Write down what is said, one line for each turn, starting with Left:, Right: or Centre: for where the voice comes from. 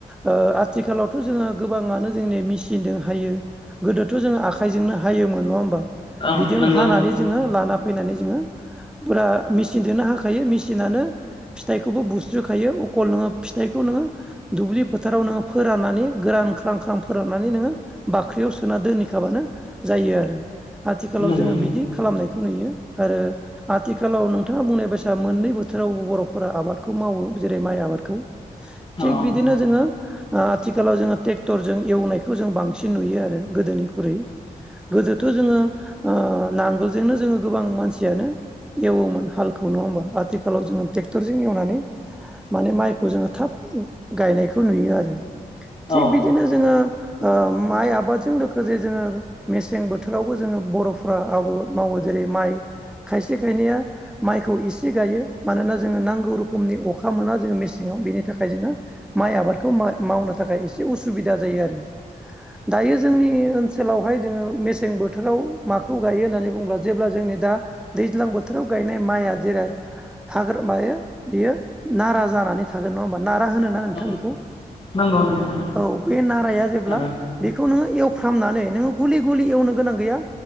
Centre: ओ आथिखालावथ' जोङो गोबाङानो जोंनि मेचिनजों हायो गोदोथ' जों आखाइजोंनो हायोमोन नङा होमबा
Left: औ
Centre: बिजों
Left: नंगौ
Centre: हानानै जोङो लाना फैनानै जोङो फुरा मेचिनजोंनो हाखायो मेचिनानो फिथाइखौबो बुस्रिखायो अखल नोङो फिथाइखौ नोङो दुब्लि फोथाराव नोङो फोराननानै गोरान ख्रां ख्रां फोराननानै नोङो बाख्रियाव सोना दोनहैखाबानो जायो आरो आथिखालाव
Left: नंगौ
Centre: जोङो बिदि खालामनायखौ नुयो आरो आथिखालाव नोंथाङा बुंनाय बायसा मोननै बोथोरावबो बर'फोरा आबादखौ मावो जेरै माइ आबादखौ
Left: औ
Centre: थिग बिदिनो जोङो आथिखालाव जोङो ट्रेक्टरजों एवनायखौ जों बांसिन नुयो आरो गोदोनिख्रुइ गोदोथ' जोङो नांगोलजोंनो जोङो गोबां मानसियानो एवोमोन हालखौ नङा होमबा आथिखालाव जोङो ट्रेक्टरजों एवनानै माने माइखौ जोङो थाब गायनायखौ नुयो आरो थिग
Left: औ
Centre: बिदिनो जोङो माइ आबादजों लोगोसे जोङो मेसें बोथोरावबो जोङो बर'फ आबाद मावो जेरै माइ खायसे खायनैया माइखौ एसे गायो मानोना जोङो नांगौ रोखोमनि अखा मोना जोङो मेसेङाव बेनि थाखाय जोङो माइ आबादखौ मावनो थाखाय एसे उसुबिदा जायो आरो दायो जोंनि ओनसोलावहाय जोङो मेसें बोथोराव माखासे खौ गायो होननानै बुंब्ला जेब्ला जोंनि दा दैज्लां बोथोराव गायनाय माइया जेरै हाग्रा मायो बियो नारा जानानै थागोन नङा होमबा नारा होनो ना नोंथां
Left: औ
Centre: बेखौ
Left: नंगौ नंगौ
Centre: औ बे नाराया जेब्ला
Left: आरो
Centre: बेखौ नोङो एवफ्रामनानै नोङो गुलि गुलि एवनो गोनां गैया